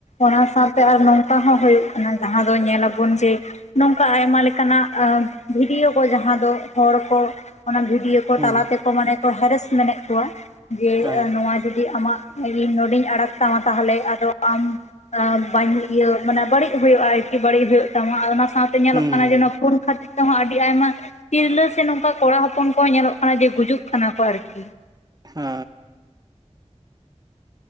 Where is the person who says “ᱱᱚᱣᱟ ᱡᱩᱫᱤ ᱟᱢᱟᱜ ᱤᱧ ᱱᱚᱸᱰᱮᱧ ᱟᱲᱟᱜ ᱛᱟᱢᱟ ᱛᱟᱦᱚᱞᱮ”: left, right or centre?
Left